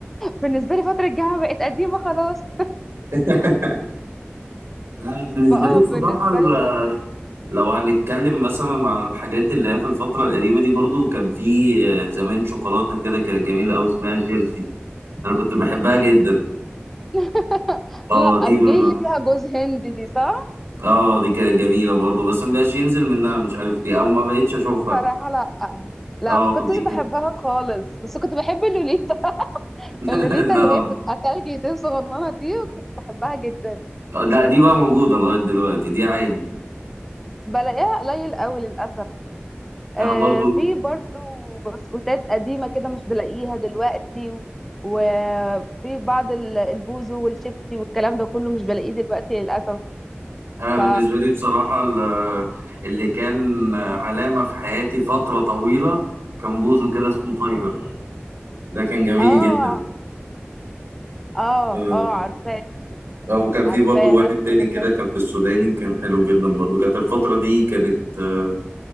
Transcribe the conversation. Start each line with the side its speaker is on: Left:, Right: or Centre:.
Centre: بالنسبه لي فتره الجامعه بقت قديمه خلاص
Right: <laughs> لا أنا بالنسبة
Centre: فاه
Right: لي الصراحة
Centre: بالنسبه
Right: ال-
Centre: لي دلوقتي
Right: لو هنتكلم مثلا عن الحاجات اللي هي في الفترة القديمة دي برضو كان في آه، زمان شوكولاتة كده كانت جميلة أوي اسمها جيرسي أنا كنت بحبها جدا
Centre: <laughs>
Right: اه
Centre: لا
Right: دي
Centre: دي
Right: ما
Centre: اللي فيها جوز هندي دي صح
Right: اه دي كانت جميلة برضو بس ما بقاش ينزل منها مش عارف ليه أو ما بقتش أشوفها
Centre: صراحة لأ لا
Right: اه
Centre: ما كنتش
Right: دي كانت
Centre: بحبها خالص بس كنت بحب اللوليتا <laughs>
Right: <laughs>
Centre: اللوليتا
Right: لا
Centre: اللي هي بتبقى تلج دي صغننة دي كنت بحبها جدا
Right: آه، لا دي بقى موجودة لغاية دلوقتي دي عادي
Centre: بلاقيها قليل قوي للأسف آه
Right: انا برضو
Centre: في برضو بسكوتات قديمة كده مش بلاقيها دلوقتي و- وفي بعض ال- البوزو والشيبسي والكلام ده كله مش بلاقيه دلوقتي للأسف
Right: انا
Centre: ف
Right: بالنسبه لي بصراحه ال- اللي كان علامه في حياتي فتره طويله كان بوزو كده اسمه تايجر ده كان جميل
Centre: اه
Right: جدا
Centre: اه
Right: آه،
Centre: اه عارفاه
Right: آه، وكان في
Centre: عارفاه
Right: برضو
Centre: انا
Right: واحد
Centre: كنت
Right: تاني
Centre: بحبه
Right: كده
Centre: جدا
Right: كان في السوداني كان حلو جدا برضو كانت الفتره دي كانت آه،